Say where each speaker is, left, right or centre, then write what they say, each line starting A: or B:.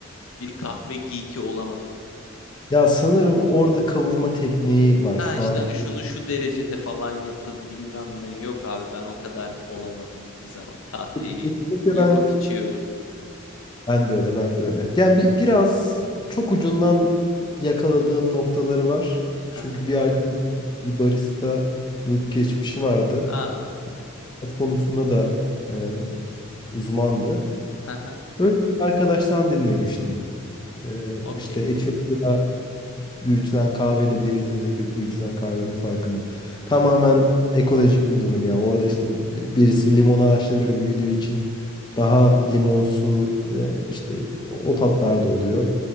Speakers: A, on the left; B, on the left.
A: bir kahve geeki olamadım.
B: Ya sanırım orada kavurma tekniği var
A: Ha
B: şu
A: işte
B: an.
A: hani şunu şu derecede falan yapın bilmem ne. Yok abi ben o kadar olamadım hiçbir zaman. Kahveyi
B: Et- Etiyopya'dan
A: yapıp içiyorum.
B: Ben de öyle, ben de öyle. Yani bi- biraz çok ucundan yakaladığım noktaları var.
A: Ha
B: Çünkü
A: ha.
B: bir arkadaşım bir baristalık geçmişi vardı.
A: Aa.
B: Tat konusunda da e, uzmandı.
A: Ha ha.
B: Öyle bir arkadaştan dinlemiştim. E,
A: Okey.
B: işte Etiyopya'da büyütülen kahveyle Brezilya'daki büyütülen kahvenin farkını. Tamamen ekolojik bir durum ya. Orada işte bi- birisi limon ağaçlarıyla büyüdüğü için daha limonsu e, işte o tatlarda oluyor.